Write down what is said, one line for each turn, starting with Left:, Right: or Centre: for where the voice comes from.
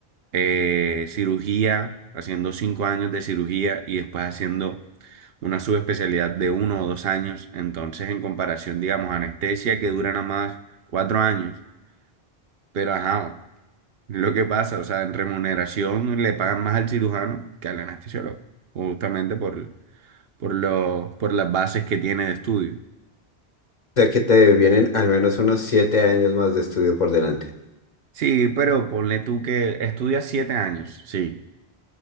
Right: eh, cirugía, haciendo cinco años de cirugía y después haciendo una subespecialidad de uno o dos años. Entonces, en comparación, digamos, anestesia que dura nada más cuatro años. Pero ajá, lo que pasa, o sea, en remuneración le pagan más al cirujano que al anestesiólogo, justamente por por lo, por las bases que tiene de estudio.
Left: sea que te vienen al menos unos siete años más de estudio por delante.
Right: Sí, pero ponle tú que estudias siete años, sí,